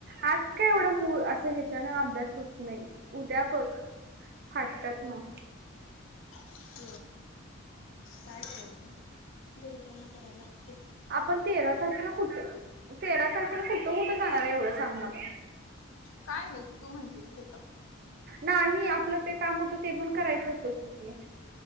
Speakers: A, on the right; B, on the left.
A: आज का एवढा मूळ असं ह्याच्यान अभ्यास होत नाही उद्या बघ फाटताच मग
B: त काय करायचं गरीिबांना करायला लागत
A: आपण तेरा तारखेला कुठ तेरा तारखेन कुठं कुठं जाणार आहे एवढं सांग मला
B: काय नाही तू म्हणती तचेतं
A: नाही ह आपलं ते काम होतं ते पण करायचं होतं क